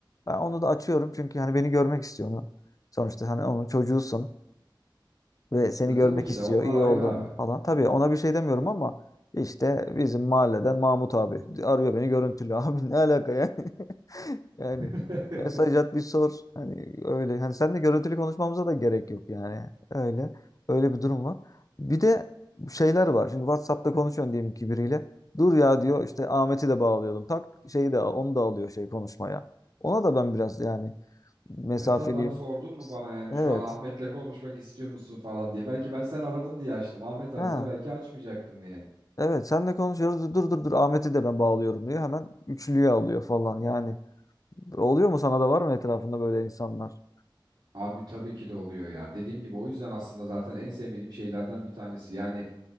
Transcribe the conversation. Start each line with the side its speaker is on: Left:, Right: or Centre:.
Left: Ben onu da açıyorum çünkü hani beni görmek istiyor onu. Sonuçta hani onun çocuğusun ve seni
Right: Ya tabii
Left: görmek
Right: ki
Left: istiyor
Right: de onlar
Left: iyi
Right: ayrı
Left: olduğunu
Right: abi.
Left: falan. Tabii ona bir şey demiyorum ama işte bizim mahalleden Mahmut abi arıyor beni görüntülü. <laughs> Abi ne alaka yani? Yani
Right: <laughs>
Left: mesaj at bir sor. Hani öyle. Hani sen de görüntülü konuşmamıza da gerek yok yani. Öyle. Öyle bir durum var. Bir de şeyler var. Şimdi WhatsApp'ta konuşuyorsun diyelim ki biriyle. Dur ya diyor işte Ahmet'i de bağlayalım. Tak şeyi de onu da alıyor şey konuşmaya. Ona da ben biraz yani mesafeliyim.
Right: E tabii abi sordun mu bana yani
Left: Evet.
Right: şu an Ahmet'le konuşmak istiyor musun falan diye. Belki ben sen aradın diye açtım. Ahmet arasa
Left: Ha.
Right: belki açmayacaktım yani.
Left: Evet senle konuşuyoruz. Dur dur dur Ahmet'i de ben bağlıyorum diyor. Hemen üçlüye alıyor falan. Yani Oluyor mu sana da var mı etrafında böyle insanlar?
Right: Abi tabii ki de oluyor ya. Dediğim gibi o yüzden aslında zaten en sevmediğim şeylerden bir tanesi. Yani